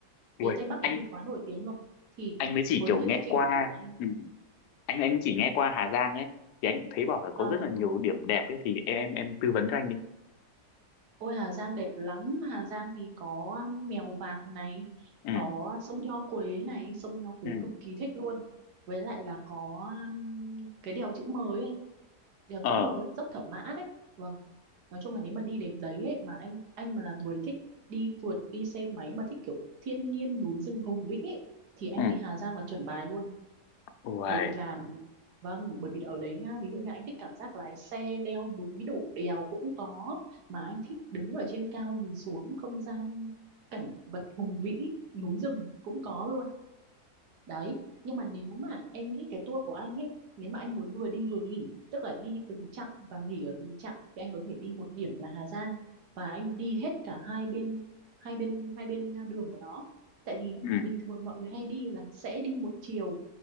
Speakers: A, on the left (about 90°); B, on the right (about 85°).
A: ui,
B: Phía Tây Bắc đấy
A: anh
B: thì quá nổi tiếng rồi. Thì
A: anh mới chỉ
B: với
A: kiểu
B: cái
A: nghe
B: lịch trình
A: qua,
B: của anh
A: ừ, anh anh chỉ nghe qua Hà Giang ấy, thì anh thấy bảo là
B: vâng
A: có rất là nhiều điểm đẹp ấy, thì em em tư vấn cho anh đi.
B: Ôi Hà Giang đẹp lắm, Hà Giang thì có um, mèo vạc này,
A: Ừ,
B: có sông Nho Quế này, sông Nho Quế
A: ừ.
B: cực kỳ thích luôn. Với lại là có um, cái đèo chữ M ấy anh, đèo
A: Ờ
B: chữ M ấy, dốc Thẩm Mã đấy. Vâng. Nói chung là nếu mà đi đến đấy ấy, mà anh anh mà là người thích đi phượt, đi xe máy mà thích kiểu thiên nhiên núi rừng hùng vĩ ấy, thì anh
A: ừ
B: đi Hà Giang là chuẩn bài luôn
A: Uầy.
B: bởi vì là vâng bởi vì ở đấy nhá ví dụ như anh thích cảm giác lái xe leo núi đổ đèo cũng có mà anh thích đứng ở trên cao nhìn xuống không gian cảnh vật hùng vĩ núi rừng cũng có luôn đấy nhưng mà nếu mà em nghĩ cái tour của anh ấy nếu mà anh muốn vừa đi vừa nghỉ tức là đi từng chặng và nghỉ ở từng chặng thì anh có thể đi một điểm là Hà Giang và anh đi hết cả hai bên hai bên hai bên đường của nó tại vì
A: ừ
B: bình thường mọi người hay đi là sẽ đi một chiều